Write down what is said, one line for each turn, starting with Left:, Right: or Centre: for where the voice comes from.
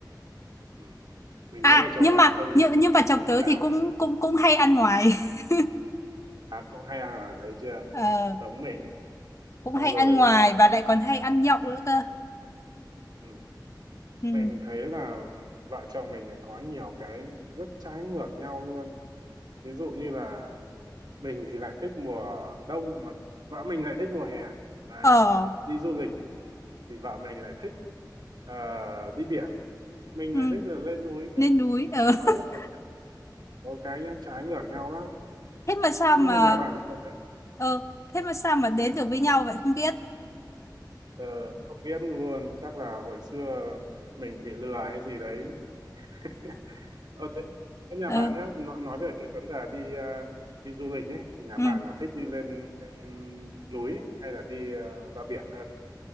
Right: ừ. mình
Left: à
Right: nghĩ là chồng
Left: nhưng
Right: bạn
Left: mà
Right: không
Left: nhưng nhưng mà chồng
Right: không
Left: tớ
Right: dám
Left: thì cũng cũng cũng hay ăn ngoài <laughs>
Right: à cậu hay à đấy chưa
Left: Ờ,
Right: giống mình
Left: cũng
Right: xong
Left: hay
Right: rồi
Left: ăn ngoài và lại còn hay ăn nhậu nữa cơ
Right: ừ.
Left: ừ.
Right: mình thấy là vợ chồng mình lại có nhiều cái rất trái ngược nhau luôn ví dụ như là mình thì lại thích mùa đông mà vợ mình lại thích mùa hè đấy
Left: ở
Right: đi du lịch thì vợ mình lại thích ờ, đi biển mình
Left: ừ.
Right: lại thích là lên núi
Left: lên
Right: cơ
Left: núi ờ.
Right: thì có
Left: <laughs>
Right: rất là có cái nhá, trái ngược nhau lắm
Left: thế mà sao
Right: nhưng
Left: mà
Right: mà nhà bạn thì có thế không
Left: ờ thế mà sao mà đến được với nhau vậy không biết
Right: Ờ, không biết luôn chắc là hồi xưa mình bị lừa hay gì đấy <laughs> ờ thế, thế nhà
Left: ờ
Right: bạn nhá nói, nói về cái vấn đề đi ờ, đi du lịch ấy thì nhà
Left: ừ.
Right: bạn là thích đi lên, lên núi ấy, hay là đi ờ, ra biển hơn